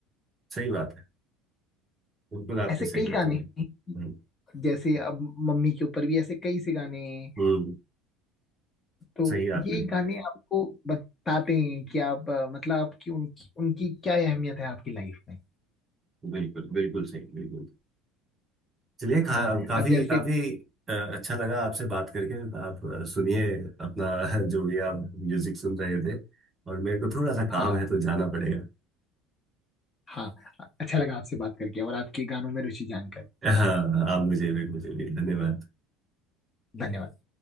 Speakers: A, on the right; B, on the left.
A: सही बात है बिल्कुल आपने
B: ऐसे कई
A: सही बता
B: गाने
A: रहे हैं।
B: हैं
A: हम्म
B: जैसे अब मम्मी के ऊपर भी ऐसे कई से गाने हैं
A: हम्म,
B: तो
A: सही आपने
B: ये
A: बताई
B: गाने आपको बताते हैं कि आप अ, मतलब आपकी उनकी उनकी क्या अहमियत है आपकी लाइफ में
A: बिल्कुल बिल्कुल सही बिल्कुल चलिए खा-
B: हाँ
A: काफी
B: अब जैसे
A: काफी अ, अच्छा लगा आपसे बात करके आप अ, सुनिए अपना <laughs> जो भी आप म्यूजिक सुन रहे थे और मेरे को थोड़ा सा
B: हाँ
A: काम है
B: हाँ।
A: तो जाना पड़ेगा
B: हाँ अच्छा लगा आपसे बात करके और आपकी गानों में रुचि जानकर
A: हाँ आप मुझे भी मुझे भी धन्यवाद
B: धन्यवाद